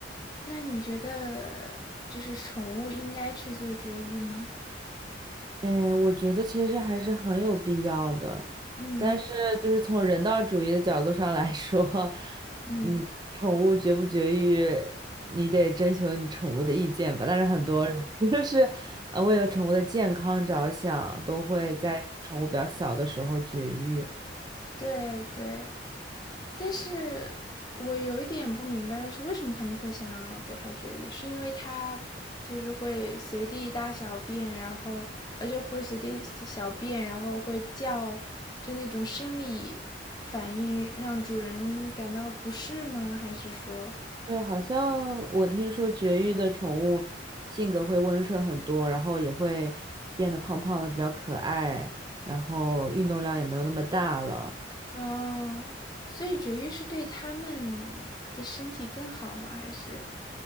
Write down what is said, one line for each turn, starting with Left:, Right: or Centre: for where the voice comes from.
Left: 那你觉得就是宠物应该去做绝育吗？
Right: 哎，我觉得其实还是很有必要的，
Left: 嗯
Right: 但是就是从人道主义的角度上来说，
Left: 嗯，
Right: 你宠物绝不绝育，你得征求你宠物的意见吧。但是很多人 <laughs> 就是呃为了宠物的健康着想，都会在宠物比较小的时候绝育。
Left: 对对，但是我有一点不明白的是，为什么他们会想要给它绝育？是因为它就是会随地大小便，然后而且会随地小便，然后会叫，就那种生理反应让主人感到不适吗？还是说，
Right: 对，好像我听说绝育的宠物性格会温顺很多，然后也会变得胖胖的，比较可爱，然后运动量也没有那么大了。
Left: 哦，所以绝育是对他们的身体更好吗？还是，